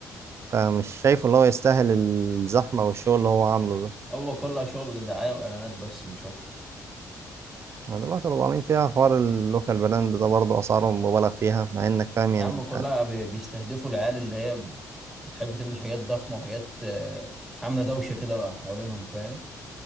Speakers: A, on the right; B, in the centre.
A: فمش شايفه اللي هو يستاهل الزحمه والشغل اللي هو عامله ده
B: هو كلها شغل دعاية وإعلانات بس مش أكتر
A: أنا دلوقتي لو طالعين فيها حوار اللوكال براند ده برضه اسعاره مبالغ فيها مع انك فاهم يعني
B: يا عم
A: انت
B: كلها بي- بيستهدفوا العيال اللي هي بتحب تلبس حاجات ضخمة وحاجات آه، عاملة دوشة كده حوالينهم فاهم